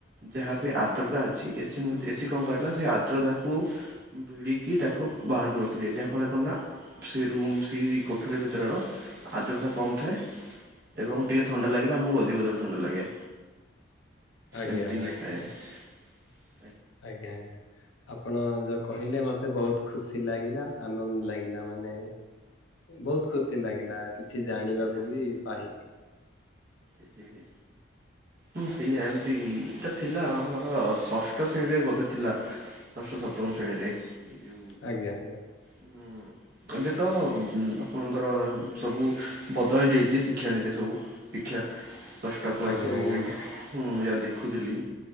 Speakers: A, on the right; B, on the left.
A: ଯାହା ବିି ଆର୍ଦ୍ରତା ଅଛି ଏସିି ମଧ୍ୟ ଏସିି କରେ ନା ସେ ଆର୍ଦ୍ରତାକୁ ଭିଡିକି ତାକୁ ବାହାର କୁ ରଖିଦିଏ ଯାହା ଫଳରେ କ ନା ସେ ରୁମ୍ ସେହି କୋଠରୀ ଭିତର ର ଆଦ୍ରତା କମ୍ ଥାଏ। ଏବଂ ଟିକେ ଥଣ୍ଡା ଲାଗିଲେ ଆମକୁ ଅଧିକ ଜୋରେ ଥଣ୍ଡା ଲାଗେ।
B: ଆଜ୍ଞା
A: ଏମିତି
B: ଆଜ୍ଞା
A: ହେଇଥାଏ।
B: ଆଜ୍ଞା ଆଜ୍ଞା ଆପଣ ଯୋଉ କହିଲେ ମତେ ବହୁତ ଖୁସି ଲାଗିଲା ଆନନ୍ଦ ଲାଗିଲା ମାନେ ବହୁତ ଖୁସି ଲାଗିଲା। କିଛି ଜାଣିବାକୁ
A: ହୁଁ
B: ବି ପାହିଲି।
A: ହିଁ ହିଁ ହିଁ। ହୁଁ ସେଇଆ ଏମିତି ଏଇଟା ଥିଲା ଆମର ଷଷ୍ଠ ଶ୍ରେଣୀରେ ବୋଧେ ଥିଲା। ଷଷ୍ଠ ସପ୍ତମ ଶ୍ରେଣୀରେ ଏଇ ଯୋଉ
B: ଆଜ୍ଞା ଆଜ୍ଞା।
A: ହୁଁ ଏବେ ତ ଆପଣଙ୍କର ସବୁ ବଦଳି ଯାଇଛି ଶିକ୍ଷାନୀତି ସବୁ। ଶିକ୍ଷା ଷଷ୍ଠ କ୍ଲାସ
B: ଆଜ୍ଞା
A: ରୁ
B: ଆଜ୍ଞା
A: ହୁଁ ଯାହା ଦେଖୁଥିଲି